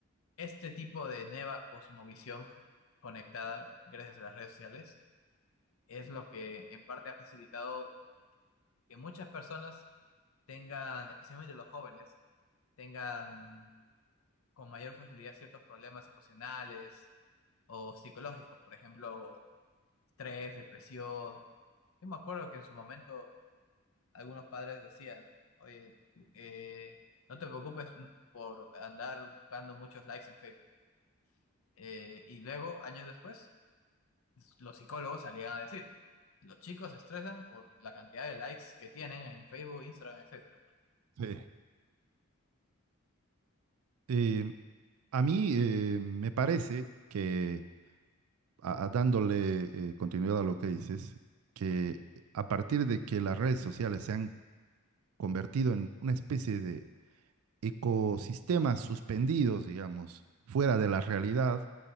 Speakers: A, on the left (about 70°); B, on the right (about 85°).
A: este tipo de nueva cosmovisión conectada gracias a las redes sociales es lo que en parte ha facilitado que muchas personas tengan, especialmente los jóvenes, tengan con mayor facilidad ciertos problemas emocionales o psicológicos, por ejemplo, estrés, depresión. Yo me acuerdo que en su momento algunos padres decían, oye, eh, no te preocupes por andar buscando muchos likes en Facebook. Eh, y luego, años después, los psicólogos salían a decir, los chicos se estresan por la cantidad de likes que tienen en Facebook, Instagram, etcétera.
B: Sí. Eh, a mí eh, me parece que, a- a- dándole eh, continuidad a lo que dices, que a partir de que las redes sociales se han convertido en una especie de ecosistemas suspendidos, digamos, fuera de la realidad,